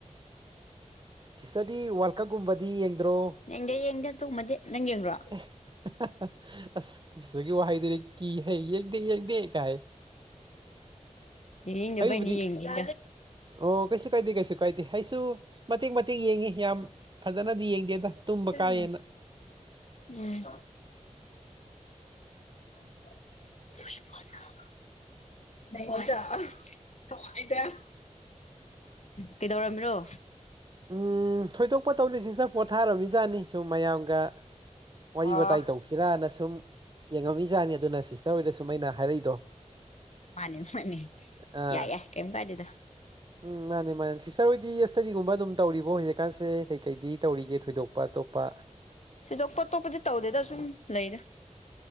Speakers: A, on the right; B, on the left.
A: ꯁꯤꯆꯇꯔꯗꯤ ꯋꯥꯔꯜ ꯀꯞꯀꯨꯝꯕꯗꯤ ꯌꯦꯡꯗ꯭ꯔꯣ
B: ꯌꯦꯡꯗ ꯌꯦꯡꯗꯦ ꯇꯨꯝꯃꯗꯤ ꯅꯪ ꯌꯦꯡꯨꯔꯣ
A: <unintelligible> ꯑꯁ ꯀꯁꯒꯤ ꯋꯥꯍꯩꯗꯨꯔ ꯀꯤ ꯍꯩ ꯌꯦꯡꯗꯦ ꯌꯦꯡꯗꯦ ꯀꯥꯏ ꯍꯦ
B: ꯎꯝ ꯏꯅꯦꯕꯩꯅꯤ
A: ꯑꯩꯕꯨꯗꯤ
B: ꯌꯦꯡꯗ
A: ꯑꯣ ꯀꯩꯁꯨ ꯀꯥꯏꯗꯦ ꯀꯩꯁꯨ ꯀꯥꯏꯗꯦ ꯑꯩꯁꯨ ꯃꯇꯦꯛ ꯃꯇꯦꯛ ꯌꯦꯡꯉꯤ ꯌꯥꯝ ꯐꯖꯅꯗꯤ ꯌꯦꯡꯗꯦꯗ ꯇꯨꯝꯕ
B: ꯐꯄꯗ
A: ꯀꯥꯏꯌꯦꯅ
B: ꯎꯝ <unintelligible> ꯗꯗ ꯀꯩꯗꯧꯔꯝꯃꯤꯔꯣ
A: ꯎꯝ ꯊꯣꯏꯗꯣꯛꯄ ꯇꯧꯅꯤꯁꯤꯁ ꯄꯣꯊꯥꯔꯃꯤꯖꯥꯠꯅꯤ ꯁꯨꯝ ꯃꯌꯥꯝꯒ ꯋꯥꯔꯤ
B: ꯑꯣ
A: ꯋꯥꯋꯇꯥꯏ ꯇꯧꯁꯤꯔꯅ ꯁꯨꯝ ꯌꯦꯡꯉꯝꯃꯤꯖꯥꯠꯅꯤ ꯑꯗꯨꯅ ꯁꯤꯁꯇꯔ ꯍꯣꯏꯗ ꯁꯨꯝ ꯑꯩꯅ ꯍꯥꯏꯔꯛꯏꯗꯣ
B: ꯃꯥꯅꯦ ꯃꯅꯤ
A: ꯑꯥ
B: ꯌꯥꯏ ꯌꯥꯏ ꯀꯔꯤꯝ ꯀꯥꯏꯗꯗ
A: ꯎꯝ ꯃꯥꯅꯦ ꯃꯥꯅꯦ ꯁꯤꯁꯇꯔꯣꯏꯗꯤ ꯑꯦ ꯏꯁꯇꯗꯤꯒꯨꯝꯕ ꯑꯗꯨꯝ ꯇꯧꯔꯤꯕꯣ ꯍꯧꯖꯤꯛꯀꯥꯟꯁꯦ ꯀꯩꯀꯩꯗꯤ ꯇꯧꯔꯤꯒꯦ ꯊꯣꯏꯗꯣꯛꯄ ꯑꯇꯣꯞꯄ
B: ꯊꯣꯏꯗꯣꯛꯄꯣꯇꯣꯞꯄꯗꯤ ꯇꯧꯗꯦꯗ ꯁꯨꯝ ꯂꯩꯔ